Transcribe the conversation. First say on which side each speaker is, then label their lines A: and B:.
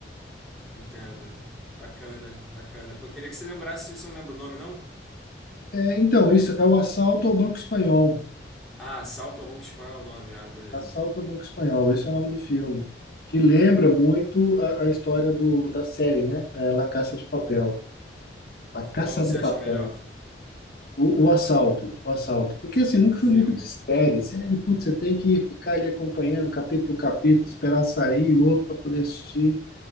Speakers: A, in the centre; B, on the left.
A: entendo. Bacana, bacana. Pô, eu queria que você lembrasse, você não lembra o nome, não?
B: É, então, isso é o assalto ao Banco Espanhol.
A: Ah, Assalto ao Banco Espanhol é o nome. Ah, beleza.
B: Assalto ao Banco Espanhol, esse é o nome do filme. Que lembra muito a, a história do, da série, né? É, La Casa de Papel. La Casa
A: Qual você
B: de
A: acha
B: Papel.
A: melhor?
B: O, o assalto, o assalto. Porque assim, nunca
A: O
B: foi
A: filme.
B: muito de série. Série, putz, você tem que ficar ali acompanhando capítulo por capítulo, esperar sair o outro para poder assistir.